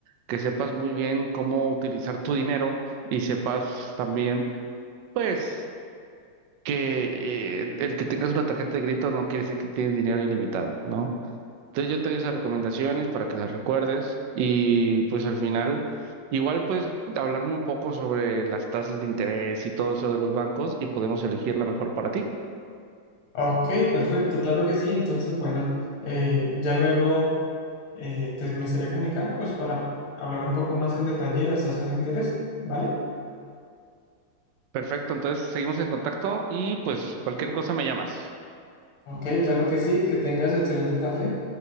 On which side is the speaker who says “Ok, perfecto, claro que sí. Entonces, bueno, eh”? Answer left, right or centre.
Left